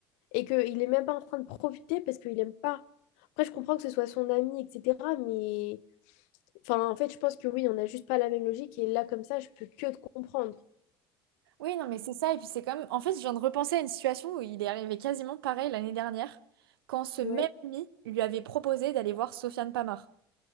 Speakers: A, on the left; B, on the right.
A: et qu'il n'est même pas en train de profiter parce qu'il n'aime pas. Après, je comprends que ce soit son ami, etc. Mais, enfin, en fait, je pense que oui, on n'a juste pas la même logique. Et là, comme ça, je peux que te comprendre.
B: Oui non mais c'est ça et puis c'est comme... En fait je viens de repenser à une situation où il est arrivé quasiment pareil l'année dernière quand ce même
A: Ouais.
B: ami lui avait proposé d'aller voir Sofiane Pamar.